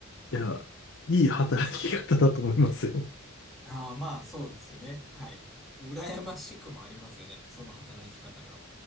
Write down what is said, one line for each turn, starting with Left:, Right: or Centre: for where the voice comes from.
Left: いや、いい働き方だと思いますよ。
Centre: ああ、まあ、そうですね。はい。羨ましくもありますよね。その働き方が。